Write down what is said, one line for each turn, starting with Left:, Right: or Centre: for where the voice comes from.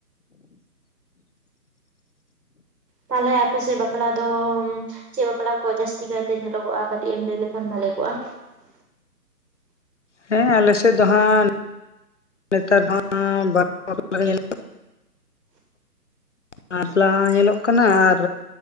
Right: ᱛᱟᱞᱦᱮ ᱟᱯᱮ ᱥᱮᱫ ᱵᱟᱯᱞᱟ ᱫᱚᱢ ᱪᱮᱜ ᱵᱟᱯᱞᱟ ᱠᱚ ᱡᱟᱹᱥᱛᱤ ᱠᱟᱭ ᱛᱮ ᱧᱮᱞᱚᱜᱚᱜ-ᱟ ᱠᱟᱴᱤᱡ ᱮᱢ ᱞᱟᱹᱭ ᱞᱮᱠᱷᱟᱱ ᱵᱷᱟᱞᱮ ᱠᱚᱜ-ᱟ᱾
Left: ᱦᱮᱸ ᱟᱞᱮ ᱥᱮᱫ ᱫᱚ ᱦᱟᱸᱜ ᱱᱮᱛᱟᱨ ᱫᱚ ᱦᱟᱸᱜ ᱵᱟ <inaudible> ᱧᱮᱞᱼᱼ ᱵᱟᱯᱞᱟ ᱧᱮᱞᱚᱜ ᱠᱟᱱᱟ ᱟᱨ